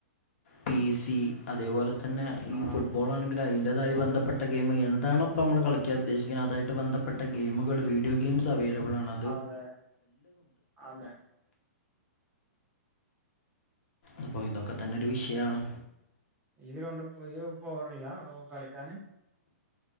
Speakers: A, on the left; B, on the right.
A: പി സി അതേപോലെ തന്നെ ഈ
B: ആ
A: ഫുട്ബോൾ ആണെ അതിന്റതായി ബന്ധപ്പെട്ട ഗെയിം എന്തണ ഇപ്പൊ നമ്മൾ കളിക്കാൻ ഉദ്ദേശിക്കുന്നത് അതായിട്ട് ബന്ധപ്പെട്ട ഗെയ്മുകൾ വീഡിയോ ഗെയിംസ്. അവൈലബിൾ ആണ്.
B: അതെ അതെ
A: അപ്പൊ ഇതൊക്കെ തന്നെ ഒരു വിഷയാണ്.
B: ഈ ഗ്രൗണ്ട് <unintelligible> പോവറില്ല കളിക്കാന്.